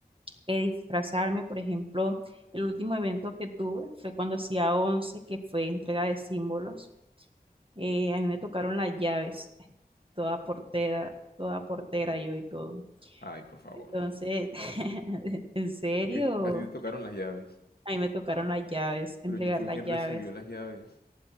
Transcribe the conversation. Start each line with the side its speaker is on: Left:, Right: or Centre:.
Right: eh, disfrazarme. Por ejemplo, el último evento que tuve fue cuando hacía 11 que fue entrega de símbolos. Eh, a mí me tocaron las llaves, toda portera, toda portera yo y todo.
Left: Ay, por favor.
Right: Entonces, <laughs> ¿en serio?
Left: Creo que a ti te tocaron las llaves.
Right: A mí me tocaron las llaves, entregar
Left: Pero yo fui
Right: las
Left: quien
Right: llaves.
Left: recibió las llaves.